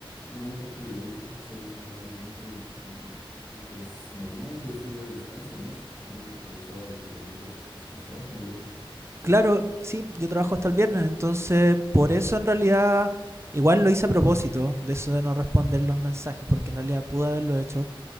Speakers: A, on the left (about 35°); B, on the right (about 30°).
A: no, no te apures. Yo creo que solo es un mal momento y, y, y, pues normal, pues es tu día de descanso, ¿no? Supongo de que los sábados y domingos descansabas, me habías dicho.
B: Claro, sí, yo trabajo hasta el viernes, entonces por eso en realidad igual lo hice a propósito de eso de no responder los mensajes, porque en realidad pude haberlo hecho